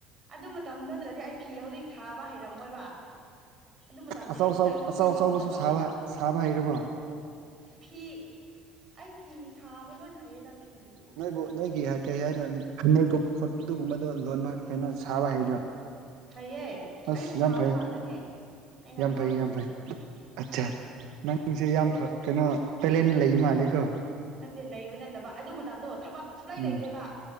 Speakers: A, on the right; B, on the right.
A: ꯑꯗꯨ ꯃꯇꯝ ꯅꯠꯇ꯭ꯔꯗꯤ ꯑꯩ ꯐꯤ ꯍꯧꯖꯤꯛ ꯁꯥꯕ ꯍꯩꯔꯝꯃꯣꯏꯕꯥ꯫ ꯑꯗꯨ ꯃꯇꯝꯗꯤ
B: ꯑꯆꯧ
A: ꯑꯁꯨ
B: ꯑꯆꯧ
A: ꯆꯍꯤ
B: ꯑꯆꯧ
A: ꯑꯃꯒꯨꯝꯅ
B: ꯑꯆꯧꯕꯁꯨ
A: ꯇꯧꯋꯦꯅ꯫
B: ꯁꯥꯕ ꯁꯥꯕ ꯍꯩꯔꯕꯣ
A: ꯐꯤ ꯑꯩ ꯐꯤ ꯁꯥꯕ ꯂꯣꯏꯅ ꯍꯩꯌꯦꯗ꯫ ꯐꯤꯕꯨꯗꯤ
B: ꯅꯣꯏꯕꯨ
A: ꯍꯩꯇꯕ
B: ꯅꯣꯏꯒꯤ
A: ꯂꯩꯇꯦ
B: ꯀꯩ ꯍꯥꯏꯅꯣ ꯈꯒꯨꯝꯕ ꯈꯣꯠꯄꯗꯨ ꯃꯘꯨ ꯂꯣꯟꯕ ꯀꯩꯅꯣ ꯁꯥꯕ ꯍꯩꯕ꯭ꯔꯥ?
A: ꯍꯩꯑꯦ,
B: ꯑꯁ
A: ꯑꯩꯅ ꯁꯥꯕ
B: ꯌꯥꯝ ꯐꯩ
A: ꯉꯥꯛꯇꯅꯦ ꯑꯩꯅ
B: ꯌꯥꯝ
A: ꯍꯥꯞꯄꯁꯤꯡꯁꯦ꯫
B: ꯐꯩ ꯌꯥꯝ ꯐꯩ ꯑꯠꯆꯥ ꯅꯪꯁꯦ ꯌꯥꯝ ꯀꯩꯅꯣ ꯇꯦꯂꯦꯟ ꯂꯩ ꯃꯥꯜꯂꯦꯀꯣ꯫
A: ꯅꯠꯇꯦ ꯂꯩꯕ ꯅꯠꯇꯕ ꯑꯗꯨ ꯃꯇꯝꯗꯣ ꯊꯕꯛ ꯁꯨꯞꯂꯩ ꯂꯩꯇꯦꯕ
B: ꯎꯝ